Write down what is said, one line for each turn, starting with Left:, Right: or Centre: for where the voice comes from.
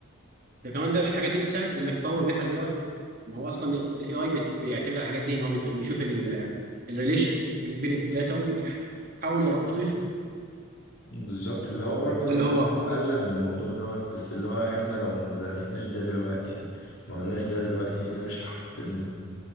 Right: ده كمان ده الحاجات دي بتساعد انك تطور بيها الاي اي ما هو اصلا الاي اي بيعتمد على الحاجات دي ان هو بيط- بيشوف الريليشن اللي بين الداتا ويحاول يربط ويفهم
Left: بالظبط اللي هو برضو
Right: ده
Left: الناس
Right: اللي هو
Left: بتقلق من الموضوع دوت بس اللي هو احنا لو ما درسناش ده دلوقتي ما عملناش ده دلوقتي ده مش هحسن